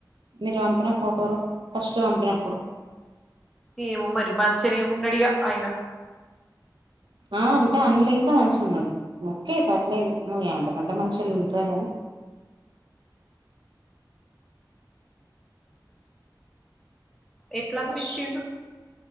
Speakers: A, on the right (about 85°); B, in the centre.
A: మీరు పంపిన ఫోటోలు ఫస్ట్ పంపినప్పుడు
B: ఏమ మరి మంచినే ఉన్నాడిగా ఆయన
A: ఆ అంటే అందులు ఇంకా మంచిగా ఉన్నాడు ఓకే పర్లేదు నువ్వు అంతకంట మంచి వాళ్ళు ఉంటార గానీ
B: ఎట్లా అనిపించిండు
A: ఫస్ట్